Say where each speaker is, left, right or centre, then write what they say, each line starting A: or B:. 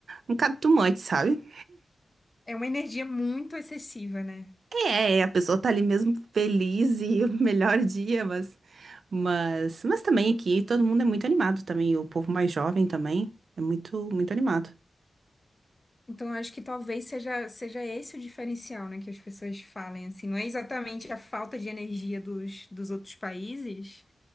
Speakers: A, on the right; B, on the left.
A: um catumante, sabe?
B: É uma energia muito excessiva, né?
A: É, a pessoa tá ali mesmo feliz e <laughs> o melhor dia, mas, mas, mas também aqui todo mundo é muito animado também, o povo mais jovem também é muito, muito animado.
B: Então, eu acho que talvez seja, seja esse o diferencial, né, que as pessoas falem, assim, não é exatamente a falta de energia dos, dos outros países,